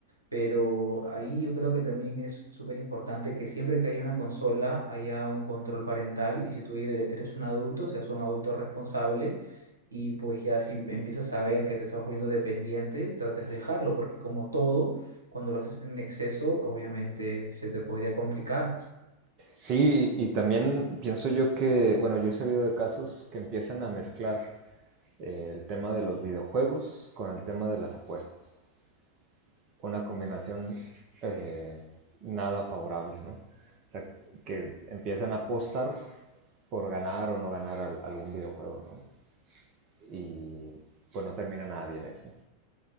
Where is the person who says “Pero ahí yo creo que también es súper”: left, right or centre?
Right